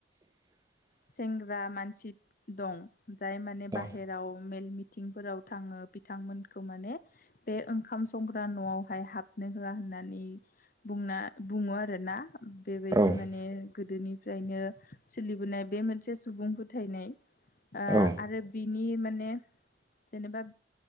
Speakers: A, on the right (about 20°); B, on the left (about 50°).
A: <inaudible>
B: सेंग्रा मानसि दं जाय माने बाहेराव
A: औ
B: मेल मिथिंफोराव थांङो बिथांमोनखौ माने बे ओंखाम संग्रा न'आवहाय हाबनो होआ होननानै बुंना बुङो आरोना बेबायदि
A: औ नंगौ औ नंगौ
B: माने गोदोनिफ्रायनो सोलिबोनाय बे मोनसे सुबुं फोथायनाय ओ
A: औ
B: आरो बि नि माने जेनेबा